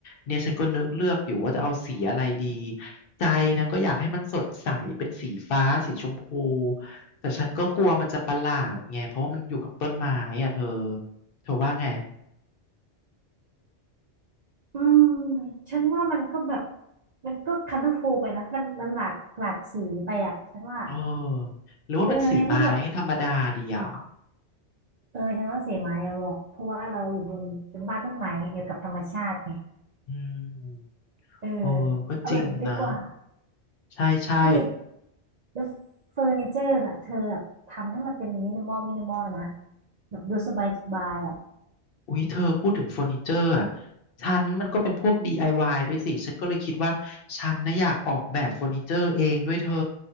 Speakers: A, on the left; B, on the right.
A: เนี่ยฉันก็นึกเลือกอยู่ว่าจะเอาสีอะไรดีใจนะก็อยากให้มันสดใสเป็นสีฟ้าสีชมพูแต่ฉันก็กลัวมันจะประหลาดไงเพราะว่ามันอยู่กับต้นไม้อ่ะเธอเธอว่าไง
B: อืมฉันว่ามันก็แบบมันก็คัลเลอร์ฟูลไปนะมันมันหลากหลากสีไปอ่ะฉันว่า
A: เออหรือว่าเป็นสีไม้ธรรมดาดีอ่ะ
B: เออในเมื่อแบบเออฉันว่าสีไม้อะเหมาะเพราะว่าเราอยู่บนเป็นบ้านต้นไม้อยู่กับธรรมชาติไง
A: อืม
B: เออ
A: โอ้ก็จริงนะ
B: เอาแบบนี้ดีกว่า
A: ใช่ใช่
B: นี่แล้วเฟอร์นิเจอร์น่ะเธอแบบทำให้มันเป็นมินิมอลมินิมอลนะแบบดูสบายสบายอ่ะ
A: อุ๊ยเธอพูดถึงเฟอร์นิเจอร์อ่ะฉันมันก็เป็นพวก DIY ด้วยสิฉันก็เลยคิดว่าฉันนะอยากออกแบบเฟอร์นิเจอร์เองด้วยเธอ